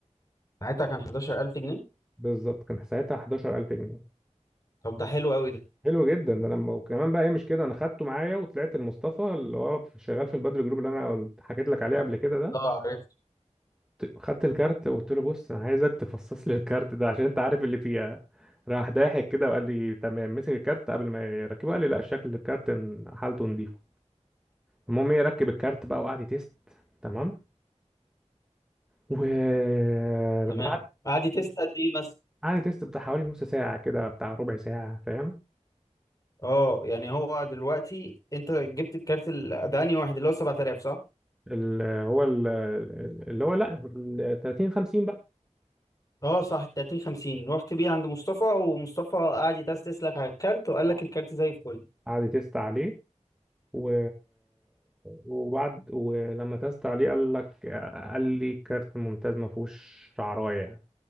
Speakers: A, on the left; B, in the centre.
A: ساعتها كان 11000 جنيه
B: بالظبط كان ساعتها 11000 جنيه
A: طب ده حلو قوي ده
B: حلو جدا ده انا م- وكمان بقى ايه مش كده انا خدته معايا وطلعت المصطفى اللي هو شغال في البدر جروب اللي انا قلت- حكيت لك عليه قبل كده ده
A: اه عرفت
B: ت- خدت الكارت وقلت له بص انا عايزك تفصص لي الكارت ده عشان انت عارف اللي فيها راح ضاحك كده وقال لي تمام مسك الكارت قبل ما يركبه قال لي لا شكل الكارت ن- حالته نظيفه المهم ايه ركب الكارت بقى وقعد يتست تمام وبعد
A: تمام قعد يتست قد ايه
B: عادي تيست بتاع حوالي نص ساعة كده بتاع ربع ساعة فاهم
A: اه يعني هو دلوقتي انت جبت الكارت ال- ده انهي واحد اللي هو 7000 صح؟
B: اللي هو ال- اللي هو لا ال 30 50 بقى
A: اه صح 30 50 رحت بيه عند مصطفى ومصطفى قعد يتستس لك على الكارت وقال
B: اه
A: لك الكارت زي الفل
B: عادي تيست عليه و... وبعد ولما تيست عليه قال لك قال لي كارت ممتاز ما فيهوش شعرايه يعني